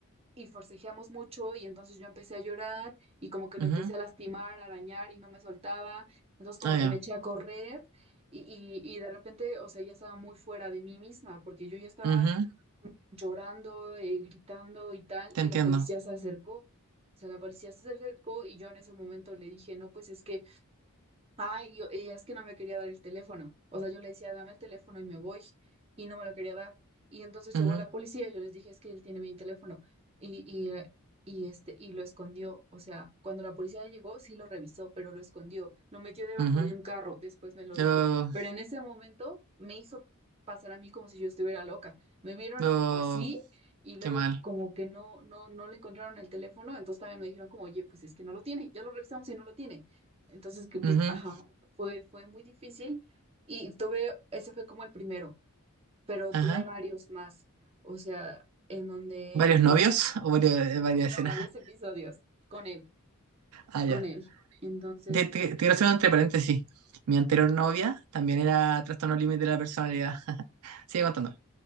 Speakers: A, on the right; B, on the right.
A: y forcejeamos mucho y entonces yo empecé a llorar y como que
B: Ujú.
A: lo empecé a lastimar, a arañar y no me soltaba, entonces como
B: Ah,
A: que
B: ya.
A: me eché a correr y, y- y de repente, o sea, ya estaba muy fuera de mí misma porque yo ya estaba
B: Ujú,
A: llorando, eh, gritando y tal
B: Te
A: y
B: entiendo.
A: la policía se acercó. O sea, la policía se acercó y yo en ese momento le dije, no, pues es que Ay, yo, y es que no me quería dar el teléfono. O sea, yo le decía, dame el teléfono y me voy. Y no me lo quería dar. Y entonces
B: Ujú,
A: llegó la policía y yo les dije, es que él tiene mi teléfono. Y, y, eh, y, este, y lo escondió. O sea, cuando la policía llegó, sí lo revisó, pero lo escondió. Lo metió debajo
B: ujú.
A: de un carro. Después me lo
B: Pero,
A: dijo. Pero en ese momento me hizo pasar a mí como si yo estuviera loca. Me vieron
B: pero,
A: así y luego
B: qué mal.
A: como que no, no, no le encontraron el teléfono. Entonces también me dijeron como, oye, pues es que no lo tiene. Ya lo revisamos y no lo tiene. Entonces, que pues,
B: Ujú,
A: ajá, fue, fue muy difícil y tuve, ese fue como el primero, pero
B: Ajá.
A: tuve varios más, o sea, en donde,
B: ¿Varios
A: ten-
B: novios o varios- eh, varias
A: no,
B: escenas?
A: varios
B: <laughs>
A: episodios con él,
B: Ah, ya.
A: con él. Entonces,
B: Te, te-
A: este,
B: te quiero hacer un entre paréntesis. Mi anterior novia también era trastorno límite de la personalidad. <laughs> Sigue contando.